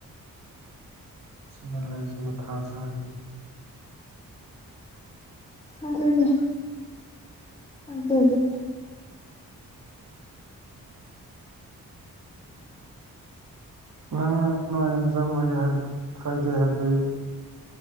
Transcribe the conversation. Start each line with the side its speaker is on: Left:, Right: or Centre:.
Right: ꯁꯤ ꯂꯩ ꯆ ꯊ ꯁꯥꯔ
Left: ꯑꯗꯨꯗꯤ ꯑꯗ ꯑꯗꯨꯦ
Right: ꯅꯪ ꯅꯣꯏ ꯖꯃꯣꯏꯒꯤ ꯍꯥꯏ ꯐ꯭ꯔꯥꯏꯗꯦ ꯍꯥꯏꯕꯗꯤ